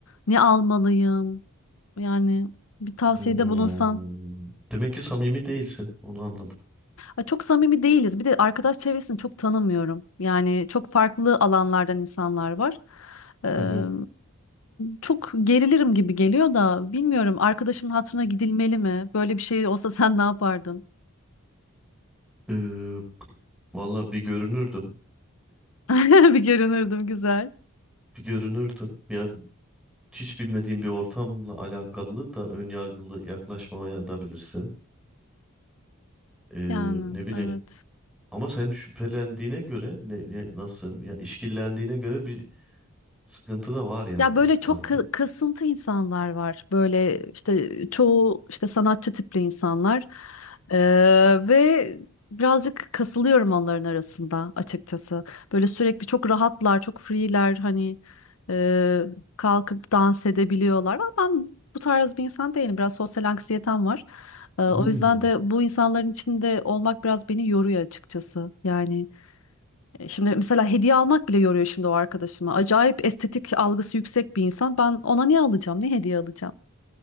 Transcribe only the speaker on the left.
Ne almalıyım? Yani bir tavsiyede
bulunsan.
Ya Çok samimi değiliz. Bir de arkadaş çevresini çok tanımıyorum. Yani çok farklı alanlardan insanlar var. Eee,
çok gerilirim gibi geliyor da bilmiyorum arkadaşımın hatırına gidilmeli mi? Böyle bir şey olsa <laughs> sen ne yapardın?
<laughs> Bir görünürdüm güzel.
Yani
evet.
Ya böyle
çok kı- kasıntı insanlar var. Böyle işte çoğu işte sanatçı tipli insanlar. Ee, ve birazcık kasılıyorum onların arasında açıkçası. Böyle sürekli çok rahatlar, çok free'ler hani e, kalkıp dans edebiliyorlar. Ama ben bu tarz bir insan değilim. Biraz sosyal anksiyetem var. Ee, o
yüzden de bu insanların içinde olmak biraz beni yoruyor açıkçası. Yani e, Şimdi mesela hediye almak bile yoruyor şimdi o arkadaşıma. Acayip estetik algısı yüksek bir insan. Ben ona ne alacağım? Ne hediye alacağım?